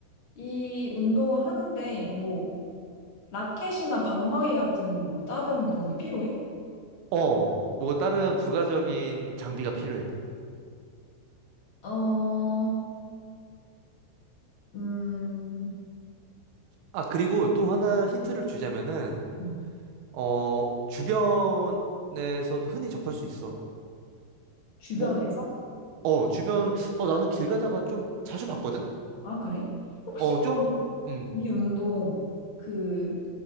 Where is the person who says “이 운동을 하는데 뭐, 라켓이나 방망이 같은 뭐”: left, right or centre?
Left